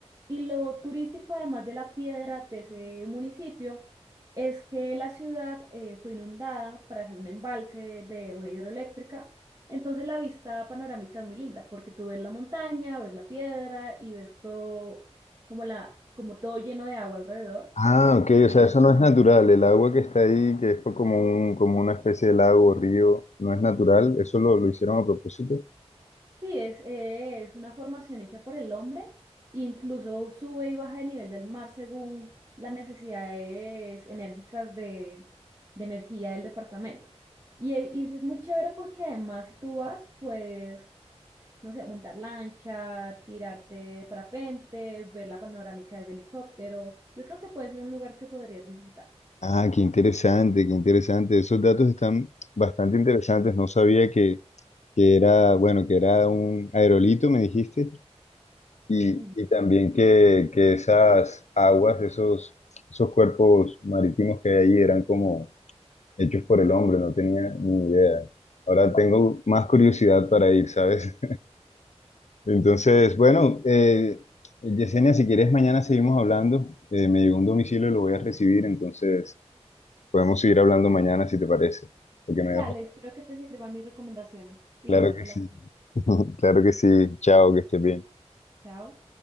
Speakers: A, on the right; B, on the left.
A: Y lo turístico, además de la piedra de ese municipio, es que la ciudad eh, fue inundada para hacer un embalse de una hidroeléctrica entonces la vista panorámica es muy linda porque tú ves la montaña, ves la piedra y ves todo como la, como todo lleno de agua alrededor.
B: Ah, ok,
A: Eh,
B: o sea, eso no es natural. El agua que está ahí, que es como un, como una especie de lago o río, no es natural. Eso lo, lo hicieron a propósito.
A: sí, es, eh, es una formación hecha por el hombre, incluso sube y baja de nivel del mar según las necesidades enérgicas de, de energía del departamento. Y, eh, y es muy chévere porque además si tú vas, pues no sé, montar lancha, tirarte de parapente, ver la panorámica desde helicóptero. Yo creo que puede ser un lugar que podrías disfrutar.
B: Ah, qué interesante, qué interesante. Esos datos están bastante interesantes. No sabía que, que era, bueno, que era un aerolito, me dijiste. Y,
A: Ujú.
B: y también que, que esas aguas, esos, esos cuerpos marítimos que hay ahí eran como hechos por el hombre, no tenía ni idea. Ahora tengo más curiosidad para ir, ¿sabes? Entonces, bueno, eh, Yesenia, si quieres, mañana seguimos hablando. Eh, me llegó un domicilio y lo voy a recibir, entonces podemos seguir hablando mañana si te parece. Porque me
A: Dale,
B: dejó.
A: espero que te sirvan mis recomendaciones y
B: Claro
A: disfrútelas.
B: que sí. <laughs> Claro que sí. Chao, que estés bien.
A: Chao.